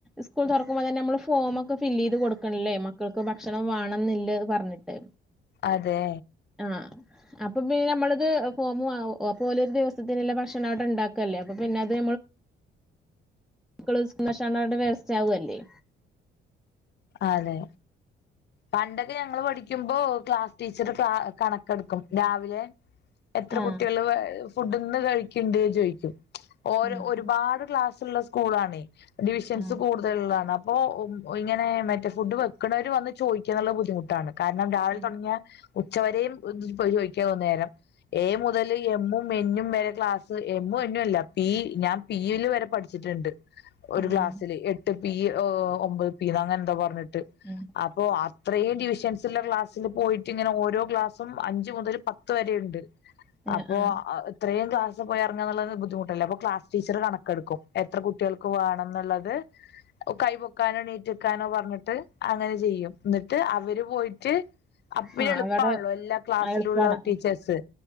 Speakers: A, in the centre; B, on the left.
A: സ്കൂൾ തൊറക്കുമ്പ തന്നെ നമ്മള് ഫോമൊക്കെ ഫില്ല് ചെയ്ത് കൊടുക്കണില്ലെ. മക്കൾക്ക് ഭക്ഷണം വേണന്നില്ല പറഞ്ഞിട്ട്.
B: അതെ!
A: അഹ് അപ്പൊ പിന്നെ നമ്മളത് ഫോമ് വാങ്ങു. അപ്പ ഓല് ഒരു ദിവസത്തിന്ല്ല ഭക്ഷണം അവിടെ ഉണ്ടാക്കല്ലെ. അപ്പൊ പിന്നെ അത്. മക്കള് <unintelligible> അവിടെ വേസ്റ്റ് ആവെല്ലെ
B: അതെ! പണ്ടൊക്കെ ഞങ്ങള് പഠിക്കുമ്പോ ക്ലാസ് ടീച്ചർ ക കണക്കെടുക്കും. രാവിലെ. എത്ര
A: ആഹ്
B: കുട്ട്യേള് ഫുഡ്ന്ന് കഴിക്ക്ണ്ട് ചോയ്ക്കും. ഓ
A: ആഹ്
B: ഒരുപാട് ക്ലാസ് ഇള്ള സ്കൂളാണെ. ഡിവിഷൻസ്
A: ആഹ്
B: കൂടുതലുള്ളതാണ് അപ്പൊ <unintelligible> ഉം. മറ്റെ ഫുഡ് വെക്ക്ണവര് വന്ന് ചോദിക്കാനുള്ള ബുദ്ധിമുട്ടാണ്. കാരണം രാവിലെ
A: ഉം
B: തൊടങ്ങിയ ഉച്ചവരെയും ചോദിക്കാന്ന നേരം. ഏ മുതല് എമ്മും എന്നും വരെ ക്ലാസ്. എമ്മും എന്നും അല്ല പി ഞാൻ പീല് വരെ പഠിച്ചിട്ട്ണ്ട്. ഒരു
A: ആഹ്
B: ക്ലാസില്. എട്ട് പീ ഒമ്പത് പീന്ന് അങ്ങനെ എന്തോ പറഞ്ഞിട്ട്.
A: ഉം.
B: അപ്പൊ അത്രയും ഡിവിഷൻസില ക്ലാസ്സില് പോയിട്ട് ഇങ്ങനെ ഓരോ ക്ലാസ്സും അഞ്ച് മുതൽ പത്ത് വരെ ഇണ്ട്.
A: ആഹ്
B: അപ്പൊ
A: ആഹ്
B: ഇത്രയും ക്ലാസ്സ് പോയി എറങ്ങ എന്നുള്ളത് ബുദ്ധിമുട്ടല്ലെ. അപ്പൊ ക്ലാസ് ടീച്ചർ കണക്കെടുക്കും. എത്ര കുട്ട്യേൾക്ക് വേണം ഇന്ന്ള്ളത്. കൈ പൊക്കാനെണ ക്കാനോ പറഞ്ഞിട്ട് അങ്ങനെ ചെയ്യും. ഇന്നട്ട് അവര് പോയിട്ട്. അപ്പോ പിന്നെ
A: ആഹ്
B: എളുപ്പമാണല്ലോ
A: അവിടെ
B: എല്ലാ ക്ലാസ്സിലുള്ള
A: എളുപ്പാണ്.
B: ടീച്ചേഴസ്.